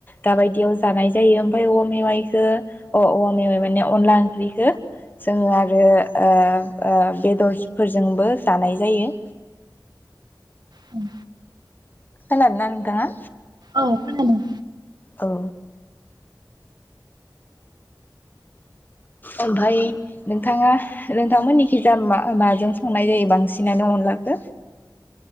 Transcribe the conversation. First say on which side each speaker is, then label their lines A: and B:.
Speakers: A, on the left; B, on the right.
A: दाबायदियाव जानाय जायो ओमफाय औवा मेवाइखौ अह औवा मेवाइ माने अनला ओंख्रिखो जोङो आरो ओ ओ बेदरफोरजोंबो जानाय जायो।
B: उम
A: खोनादों ना नोंथाङा?
B: औ खोनादों।
A: औ ओमफाय नोंथाङा नोंथांमोननिखिजा माजों संनाय जायो बांसिनानो अनलाखो?